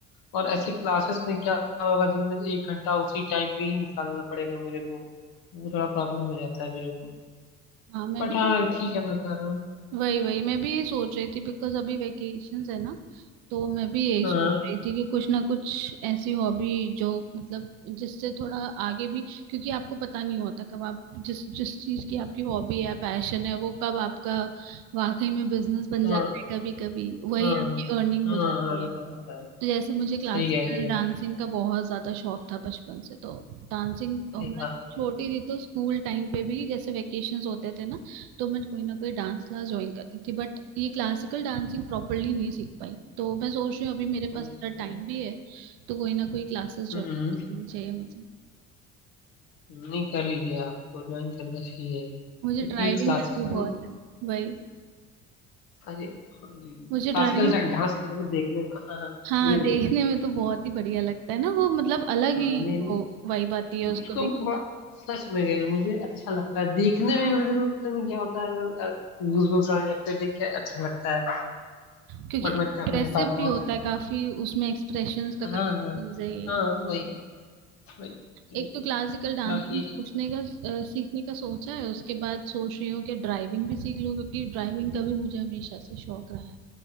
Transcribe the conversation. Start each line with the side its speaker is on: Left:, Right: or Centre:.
Left: और ऐसे क्लासेस में क्या होगा जिनमें एक घंटा उसी टाइम पे ही निकालना पड़ेगा मेरे को वो थोड़ा प्रॉब्लम हो जाता है मेरे को
Right: हाँ मैं
Left: बट
Right: भी
Left: हाँ ठीक है मैं कर रहा हूँ
Right: वही वही मैं भी यही सोच रही थी बिकॉज अभी वेकेशंस है ना तो मैं भी यही
Left: हाँ
Right: सोच रही थी कि कुछ ना कुछ ऐसी हॉबी जो मतलब जिससे थोड़ा आगे भी क्योंकि आपको पता नहीं होता कब आप जिस जिस चीज की आपकी हॉबी है पैशन है वो कब आपका वाकई में बिजनेस बन
Left: हाँ
Right: जाता है कभी कभी वही
Left: हाँ
Right: आपकी अर्निंग
Left: हाँ
Right: हो जाती
Left: हाँ
Right: है
Left: ऐसा होता है
Right: तो जैसे मुझे क्लासिकल
Left: सही कह रही है
Right: डांसिंग का बहुत ज्यादा शौक था बचपन से तो डांसिंग
Left: अरे
Right: और मैं
Left: वाह
Right: छोटी थी तो स्कूल टाइम पे भी जैसे वेकेशंस होते थे ना तो मैं कोई ना कोई डांस क्लास ज्वाइन करती थी बट ये क्लासिकल डांसिंग प्रॉपरली नहीं सीख पाई तो मैं सोच रही हूँ अभी मेरे पास
Left: ओके
Right: इतना टाइम भी है तो कोई ना कोई क्लासेस ज्वाइन
Left: हम्म
Right: करनी चाहिए मुझे
Left: नहीं कर लीजिए आपको ज्वाइन करना चाहिए क्योंकि
Right: मुझे ड्राइविंग
Left: क्लासिकल
Right: का भी बहुत है वही
Left: अरे हाँ, नहीं
Right: मुझे
Left: क्लासिकल
Right: ड्राइविंग
Left: डांस मेरे को देखने में हाँ हाँ
Right: हाँ
Left: बोलिए बोलिए
Right: देखने में तो बहुत ही बढ़िया लगता है ना वो मतलब अलग ही
Left: हाँ नहीं नहीं
Right: वो वाइब आती है उसको
Left: मुझको
Right: देखो
Left: बड़ा
Right: तो।
Left: सच में गए मुझे अच्छा लगता है देखने में मुझे को पता नहीं क्या होता है अगर गूजबम्स आने लगते हैं देख के अच्छा लगता है
Right: क्योंकि
Left: बट मैं
Right: एक्सप्रेसिव
Left: कर नहीं पाता
Right: भी
Left: हूँ
Right: होता है काफी उसमें एक्सप्रेशंस का
Left: हाँ
Right: काफी
Left: हाँ
Right: यूज है ये
Left: हाँ वही वही
Right: एक
Left: वही
Right: तो क्लासिकल डांसिंग
Left: बाकी
Right: पूछने का अ, सीखने का सोचा है उसके बाद सोच रही हूँ कि ड्राइविंग भी सीख लूँ क्योंकि ड्राइविंग का भी मुझे हमेशा से शौक रहा है